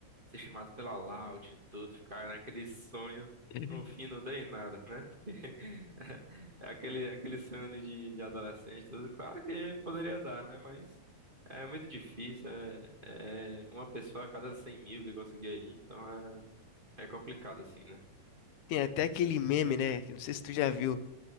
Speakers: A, on the right (about 25°); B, on the left (about 80°).
A: ser chamado pela Loud e tudo, ficar naquele sonho.
B: Uhum.
A: No fim não deu em nada, né? Porque <laughs> é aquele, aquele sonho de, de adolescente, tudo. Claro que poderia dar, né? Mas é muito difícil. É, é uma pessoa a cada 100 mil que conseguia ir, então é, é complicado assim, né?
B: Tem até aquele meme, né? Que não sei se tu já viu,